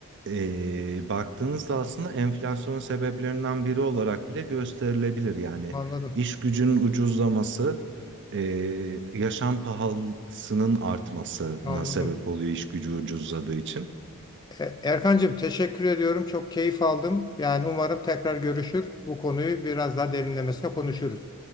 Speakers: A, on the right; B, on the left.
A: eee, baktığınızda aslında enflasyonun sebeplerinden biri olarak bile gösterilebilir. Yani
B: Anladım.
A: iş gücünün ucuzlaması, eee, yaşam pahalısının artmasına
B: Anladım.
A: sebep oluyor iş gücü ucuzladığı için.
B: E, Erkancığım teşekkür ediyorum. Çok keyif aldım. Yani umarım tekrar görüşür. Bu konuyu biraz daha derinlemesine konuşuruz.